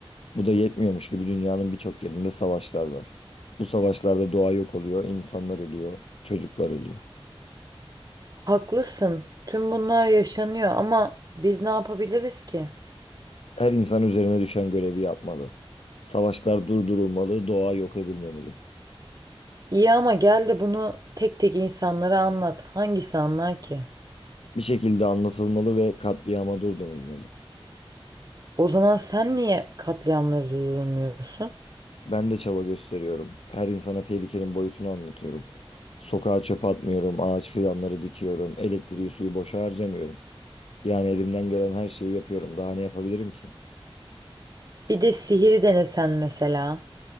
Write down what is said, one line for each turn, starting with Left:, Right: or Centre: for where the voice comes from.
Left: Bu da yetmiyormuş gibi dünyanın birçok yerinde savaşlar var. Bu savaşlarda doğa yok oluyor, insanlar ölüyor, çocuklar ölüyor.
Right: Haklısın. Tüm bunlar yaşanıyor ama biz ne yapabiliriz ki?
Left: Her insan üzerine düşen görevi yapmalı. Savaşlar durdurulmalı, doğa yok edilmemeli.
Right: İyi ama gel de bunu tek tek insanlara anlat. Hangisi anlar ki?
Left: Bir şekilde anlatılmalı ve katliama dur denilmeli.
Right: O zaman sen niye katliamları durdurmuyorsun?
Left: Ben de çaba gösteriyorum. Her insana tehlikenin boyutunu anlatıyorum. Sokağa çöp atmıyorum, ağaç fidanları dikiyorum, elektriği suyu boşa harcamıyorum. Yani elimden gelen her şeyi yapıyorum. Daha ne yapabilirim ki?
Right: Bir de sihiri denesen mesela.